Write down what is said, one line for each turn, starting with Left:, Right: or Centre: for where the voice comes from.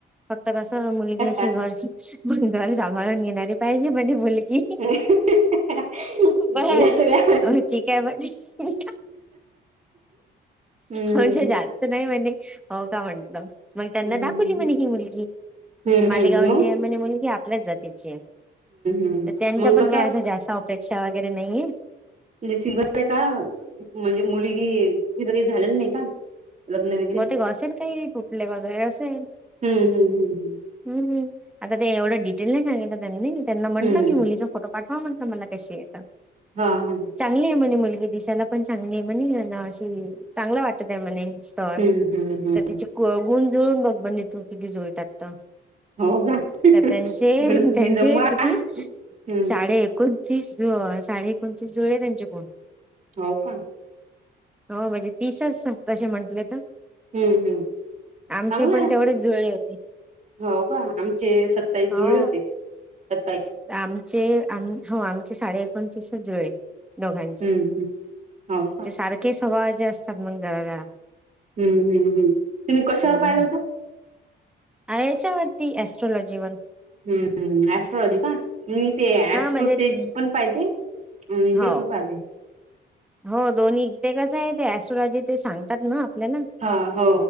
Centre: फक्त कस मुलगी अशी
Right: हा
Centre: घर घर सांभाळून घेणारी पाहिजे म्हणे मुलगी
Right: गेला
Centre: बस,
Right: सगळ्या
Centre: हो ठीक आहे म्ह.
Right: हम्म
Centre: म्हजे जातचं नाही म्हणे, हो का म्हंटलं. मग त्यांना
Right: हम्म
Centre: दाखवली म्हणे ही मुलगी,
Right: हम्म
Centre: मालेगावची
Right: हम्म मग हम्म
Centre: म्हणे मुलगी आपल्याच जातीची ये.
Right: हम्म
Centre: तर त्यांच्या
Right: मग
Centre: पण
Right: कसं
Centre: काही असं जास्त अपेक्षा वगैरे नाही.
Right: म्हणजे सिल्वरर आहे का? म्हणजे मुलगी तिचं काही झालेलं नाही का? लग्न वगैरे
Centre: बग ते ग असेल काही कुटले वगैरे असेल.
Right: हम्म, हम्म, हम्म हम्.
Centre: हम्म. आता ते एवढं डिटेल नाही सांगितलं त्यांनी, त्यांना म्हटलं
Right: हम्म
Centre: मी मुलीचा फोटो पाठवा म्हटलं मला कशी येता.
Right: हा हा
Centre: चांगली आहे म्हणे मुलगी दिसायला, पण चांगली आहे म्हणे अशी चांगलं वाटत आहे म्हणे, स्थळ,
Right: हम्म हम्म हम्म
Centre: तर तिचे गुण जुळून बघ म्हणे तू. किती जुळतात तर.
Right: हो का तिकडे
Centre: तर त्यांचे,
Right: तुम्ही
Centre: त्यांचे
Right: जमवा
Centre: किती?
Right: हम्म
Centre: साडे एकूण. तीस जो साडे एकोणतीस जुळले त्यांचे गुण.
Right: हो का?
Centre: हो म्हणजे तीसच तशे म्हंटले तर.
Right: हम्म, हम्म
Centre: आमचे
Right: चांगलंय
Centre: पण तेवढेच जुळले होते.
Right: हो का आमचे सत्ताईस
Centre: हो
Right: जुळले होते सत्तावीस
Centre: आमचे आम्ही आमचे साडे एकोणतीसच जुळले दोघांचे
Right: हम्म हम्म हो का
Centre: ते सारखे स्वभावाचे असतात मग जरा जरा
Right: हम्म हम्म हम्म तुम्ही कशावर
Centre: हम्म
Right: पाहिला होता?
Centre: याच्यावरती ऍस्ट्रॉलॉजी वर.
Right: हम्म स्ऐट्रलॉजी का? मी ते
Centre: हा
Right: स्ट्रोसेज
Centre: म्हणजे
Right: पण पाहिजे. अम इकड
Centre: हो
Right: पण पाहली.
Centre: हो दोन्ही, ते कसं आहे, ते ऍस्ट्रोलॉजी ते सांगतात ना. ना,
Right: हा हो